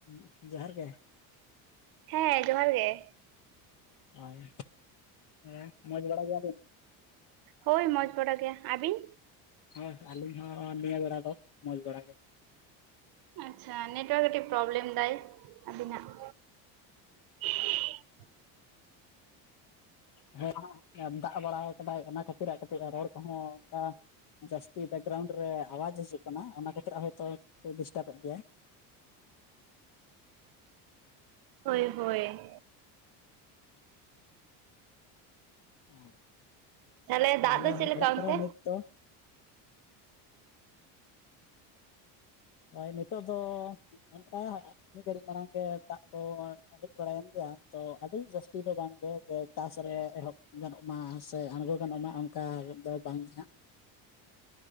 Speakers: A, on the left; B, on the right.
A: ᱩᱜ ᱡᱚᱦᱟᱨ ᱜᱮ ᱾
B: ᱦᱮᱸ ᱡᱚᱦᱟᱨ ᱜᱮ ᱾
A: ᱚᱸᱭ ᱮᱸ ᱢᱚᱡᱽ ᱵᱟᱲᱟ ᱜᱤᱭᱟ ᱵᱮᱱ?
B: ᱦᱳᱭ ᱢᱚᱡᱽ ᱵᱟᱲᱟ ᱜᱮ ᱟᱹᱵᱤᱱ?
A: ᱦᱳᱭ ᱟᱹᱞᱤᱧ ᱦᱚᱸ ᱱᱤᱭᱟᱹ ᱵᱮᱲᱟ ᱫᱚ ᱢᱚᱡᱽ ᱵᱮᱲᱟ ᱜᱮ᱾
B: ᱟᱪᱪᱷᱟ ᱱᱮᱴᱣᱟᱨᱠ ᱠᱟᱹᱜᱤᱜ ᱯᱨᱚᱵᱞᱮᱢ ᱫᱟᱭ ᱟᱵᱤᱱᱟᱜ ᱾ <inaudible>
A: ᱦᱮᱸ ᱟ ᱫᱟᱜ ᱵᱟᱲᱟᱣ ᱠᱟᱫᱟᱭ ᱚᱱᱟ ᱠᱷᱟᱹᱛᱤᱨ ᱠᱟᱹᱴᱤᱡ ᱨᱚᱲ ᱠᱚᱦᱚᱸ ᱟ ᱡᱟᱥᱛᱤ ᱵᱮᱠᱜᱨᱟᱣᱩᱱᱰ ᱨᱮ ᱟᱣᱟᱡ ᱦᱤᱡᱩᱜ ᱠᱟᱱᱟ ᱚᱱᱟ ᱠᱷᱟᱹᱛᱤᱨ ᱟᱨᱦᱚᱭᱛᱚ ᱫᱚ ᱰᱤᱥᱴᱟᱵ ᱮᱫ ᱜᱤᱭᱟᱭ᱾
B: ᱦᱳᱭ ᱦᱳᱭ
A: ᱮ
B: ᱛᱟᱦᱚᱞᱮ
A: ᱛᱟᱦᱟᱞᱮ
B: ᱫᱟᱜ ᱫᱚ ᱪᱮᱫ ᱞᱮᱠᱟ
A: ᱚᱲᱟᱜ
B: ᱚᱱᱛᱮ
A: ᱠᱚᱨᱮ ᱱᱤᱛ ᱫᱚ? ᱦᱳᱭ ᱱᱤᱛᱚᱜ ᱫᱚ ᱚᱱᱠᱟ ᱢᱤᱫ ᱜᱷᱟᱹᱲᱤᱡ ᱢᱟᱲᱟᱝ ᱜᱮ ᱫᱟᱜ ᱠᱚ ᱦᱮᱡ ᱵᱟᱲᱟᱭᱮᱱ ᱜᱮᱭᱟ ᱛᱚ ᱟᱹᱰᱤ ᱡᱟᱹᱥᱛᱤ ᱫᱚ ᱵᱟᱝᱜᱮ ᱡᱮ ᱪᱟᱥ ᱨᱮ ᱮᱦᱚᱵ ᱜᱟᱱᱚᱜ ᱢᱟ ᱥᱮ ᱟᱬᱜᱚ ᱜᱟᱱᱚᱜ ᱢᱟ ᱚᱱᱠᱟ ᱨᱮᱫ ᱫᱚ ᱵᱟᱝ ᱜᱮᱱᱟᱜ᱾